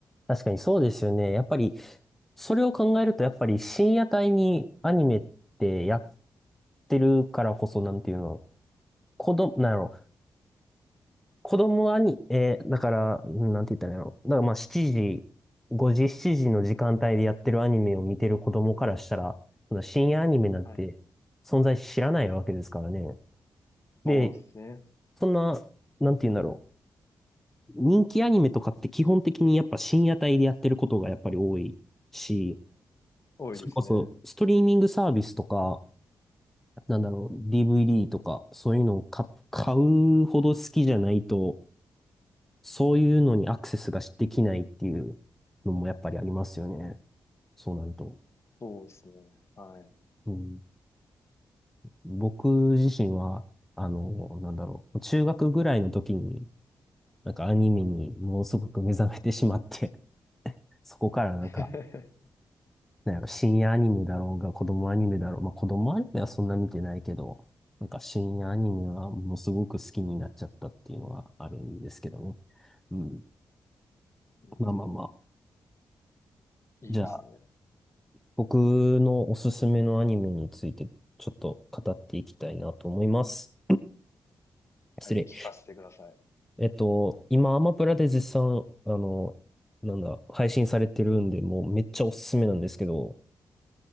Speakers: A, in the centre; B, on the left (about 40°).
A: 確かにそうですよね。やっぱり、それを考えると、やっぱり深夜帯にアニメってやってるからこそ、なんていうの、子供、なんやろ、子供アニ、えーだから、うんなんて言ったらいいんやろ。だからまあ7時、5時、7時の時間帯でやってるアニメを見てる子供からしたら、そんな深夜アニメなんて存在知らないわけですからね。
B: はい
A: で、
B: そうですね。
A: そんな、なんて言うんだろう。人気アニメとかって基本的にやっぱ深夜帯でやってることがやっぱり多いし、
B: 多いですね。
A: それこそ、ストリーミングサービスとか、なんだろう、DVD とか、そういうのを買、買うほど好きじゃないと、そういうのにアクセスができないっていうのもやっぱりありますよね。そうなると。
B: そうですね。はい。
A: うん、僕自身は、あの、なんだろう、中学ぐらいの時に、なんかアニメにものすごく目覚めてしまって、そこからなんか
B: <laughs>
A: なんやろ、深夜アニメだろうが、子供アニメだろう。まあ、子供アニメはそんな見てないけど、なんか深夜アニメはものすごく好きになっちゃったっていうのはあるんですけどね。うん。
B: うん、
A: まあまあまあ。
B: いいですね。
A: じゃあ、僕のおすすめのアニメについてちょっと語っていきたいなと思います。
B: はい、
A: 失礼。
B: 聞かせてください。
A: えっと、今、アマプラで絶賛、あの、なんだ、配信されてるんで、もうめっちゃおすすめなんですけど、